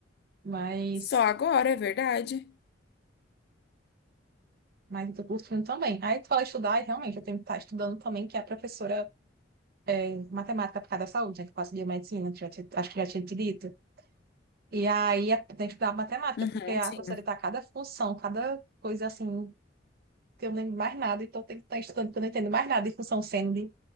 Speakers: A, on the right (about 55°); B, on the left (about 60°).
A: Mas,
B: Só agora, é verdade.
A: mas eu tô curtindo também. Aí tu fala estudar, e realmente, eu tenho que estar estudando também, que é a professora de matemática aplicada à saúde, né, que passa biomedicina, que já te- acho que já tinha te dito. E aí tem que estudar matemática,
B: Uhum,
A: porque a
B: sim.
A: professora tá cada função, cada coisa assim que eu não lembro mais nada, então eu tenho que estar estudando, porque eu não entendo mais nada de função seno, de,